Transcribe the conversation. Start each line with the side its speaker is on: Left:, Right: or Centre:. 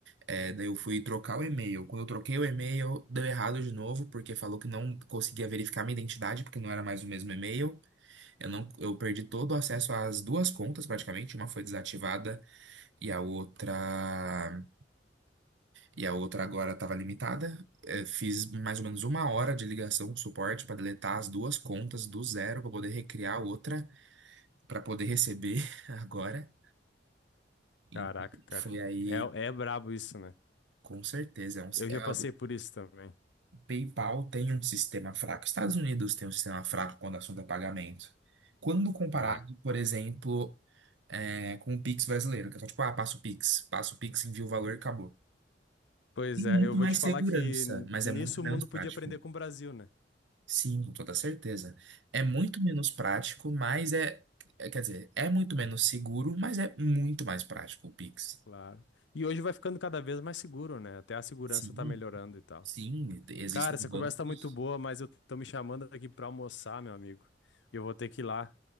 Right: eh, daí eu fui trocar o e-mail. Quando eu troquei o e-mail, deu errado de novo, porque falou que não conseguia verificar minha identidade, porque não era mais o mesmo e-mail. Eu não, eu perdi todo o acesso às duas contas, praticamente. Uma foi desativada e a outra, e a outra agora estava limitada. Eh, fiz mais ou menos uma hora de ligação com o suporte para deletar as duas contas do zero para poder recriar outra, para poder receber <laughs> agora. E
Left: caraca, cara.
Right: foi aí.
Left: É, é brabo isso, né?
Right: Com certeza. É um,
Left: Eu
Right: é,
Left: já passei
Right: o
Left: por isso também.
Right: PayPal tem um sistema fraco. Estados Unidos tem um sistema fraco quando o assunto é pagamento. Quando comparado,
Left: Ah.
Right: por exemplo, é, com o Pix brasileiro, que é só tipo, ah, passa o Pix, passa o Pix, envia o valor e acabou.
Left: Pois
Right: Tem muito
Left: é, eu vou
Right: mais
Left: te falar
Right: segurança,
Left: que n-
Right: mas
Left: nisso
Right: é muito menos
Left: o mundo
Right: prático.
Left: podia aprender com o Brasil, né?
Right: Sim, com toda certeza. É muito menos prático, mas é. é, Quer dizer, é muito menos seguro, mas é muito mais prático o Pix.
Left: Claro. E hoje vai ficando cada vez mais seguro, né? Até a segurança
Right: Sim,
Left: tá melhorando e tal.
Right: sim, existem
Left: Cara, essa
Right: bancos.
Left: conversa tá muito boa, mas eu tô me chamando aqui pra almoçar, meu amigo. E eu vou ter que ir lá.